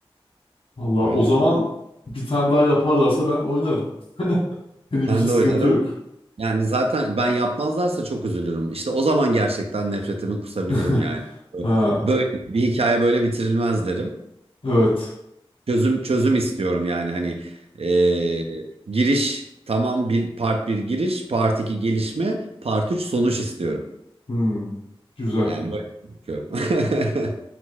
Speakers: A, on the left; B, on the right.
A: Valla
B: öyle.
A: o zaman bir tane daha yaparlarsa ben oynarım. <laughs> Benim
B: Ben
A: için sıkıntı
B: de oynarım.
A: yok.
B: Yani zaten ben yapmazlarsa çok üzülürüm. İşte o zaman gerçekten nefretimi kusabilirim
A: <laughs>
B: yani.
A: Ha
B: Böyle bir hikaye böyle bitirilmez derim.
A: evet.
B: Çözüm çözüm istiyorum yani hani e, giriş tamam bir part bir giriş, part 2 gelişme, part 3 sonuç istiyorum.
A: Hmm. Güzel.
B: Yani böyle bakıyorum. <laughs>